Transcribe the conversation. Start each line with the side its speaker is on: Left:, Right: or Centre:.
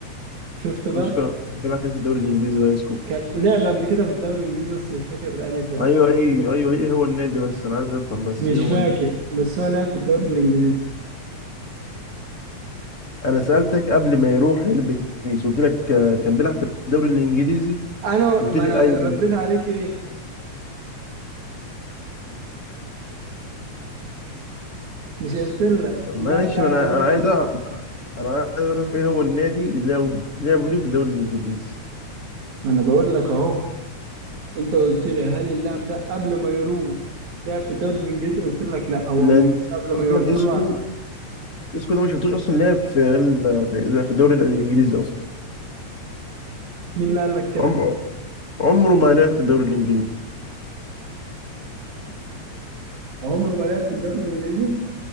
Right: شفت بقى
Left: مش كان بيلعب فين في الدوري الانجليزي بقى يا اسكو
Right: كان لعب قبل كده في الدوري الانجليزي بس مش فاكر انهي فرقه
Left: ايوه ايوه ايوه ايه هو النادي بس انا عايز افهم بس
Right: مش
Left: ايه هو
Right: فاكر
Left: الن-
Right: بس هو لعب في الدوري الانجليزي
Left: انا سالتك قبل ما يروح ريال بيتيس قلت لك آه، كان بيلعب في الدوري الانجليزي
Right: انا
Left: قلت
Right: ما
Left: لي
Right: انا
Left: ايوه
Right: رديت
Left: كان بيلعب.
Right: عليك ايه مش قلت لك
Left: طب
Right: اللاعب
Left: ماشي
Right: ده
Left: ما
Right: عادي
Left: انا
Right: لعبه
Left: انا عايز أ- انا عايز اعرف ايه هو النادي اللي لعبوا لعبوا ليه في الدوري الانجليزي
Right: ما انا بقول لك اهو انت قلت لي هل اللاعب ده قبل ما يروح لعب في الدوري الانجليزي قلت لك لا هو
Left: لان
Right: مش قبل ما
Left: اصلا
Right: يروح قلت
Left: اسكو
Right: له
Left: اسكو ده ما شفتوش اصلا لعب في ريال- في في الدوري الانجليزي اصلا
Right: مين اللي قال لك كده
Left: عمره عمره ما لعب في الدوري الانجليزي
Right: عمره ما لعب في الدوري الانجليزي